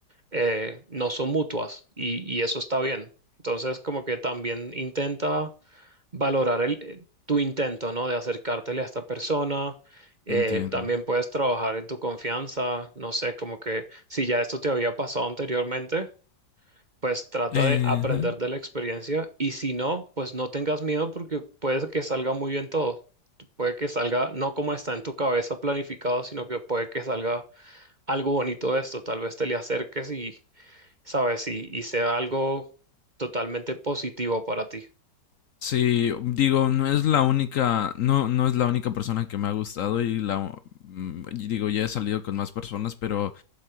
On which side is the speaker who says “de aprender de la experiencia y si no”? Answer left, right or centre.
Right